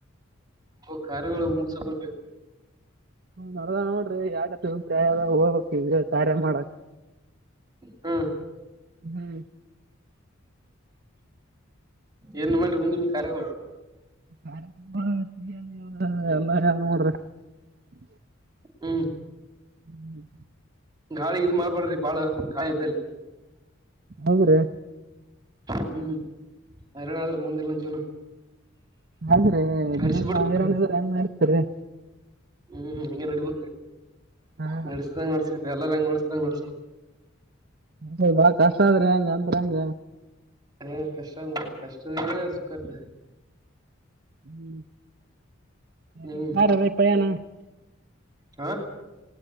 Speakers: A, on the right; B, on the right.
A: ನಮ್ದು ಕಾರ್ಯಗಳು ಮುಗ್ಸುಕೊಂಟಿ
B: ನೋಡ್ರಿ ಯಾಾರತ್ಪ್ರಾಯದ ಹೋಗಬೇಕು ಕಾರ್ಯ ಮಾಡಕ್
A: ಹ್ಮ
B: ಹ್ಮ್
A: ಏನ್ ಮಾಡ್ರಿ ನೀವ್ ಕಾರ್ಯಗಳು
B: ಕಾರ್ರಮ ಎಲ್ಲ ಯಾವ ನೋಡ್ರಿ <unintelligible>
A: ಹ್ಮ್
B: ಹ್ಮ್
A: ನಾಳೆಗೆ ಇದ್ ಮಾಡ್ಬೇಡ್ರಿ ಬಾಳ ಕಾರ್ಯದಲ್ಲಿ
B: ಹೌದ್ರಿ
A: ಹ್ಮ್ ಆದಿಲ್ಲ ಅಂದ್ರೆ ಮುಂದಿಿಲ್ಲ ಜೀವನ
B: ಆದ್ರೆ
A: ಹರಿಸಿ
B: ನೀವ
A: ಬಿಡ
B: ಆಗಿಲ್ಲ ಅಂದ್ರೆ ಹೆಂಗ ಮಾಡತಾರೆ
A: ಹ್ಮ್ ಹಂಗೆ ನಡಿಬೆಕ್
B: ಹಾ
A: ನಡಿಸ್ದಂಗ ನಡ್ಸ ಎಲ್ಲಾರ ಹೆಂಗ್ ನಡ್ಸಿತರ ಹಂಗ ನಡ್ಸಬೇಕು
B: ಹ ಬಹಳ ಕಷ್ಟ ಆದ್ರಂಗ ಅಂತರಂಗ
A: ಹ ಕಷ್ಟ ಕಷ್ಟದ ಸುಖಾರ್ದ
B: ಹ್ಮ ಯ
A: ಹ್ಮ್
B: ರಪಯಾನ
A: ಹಾ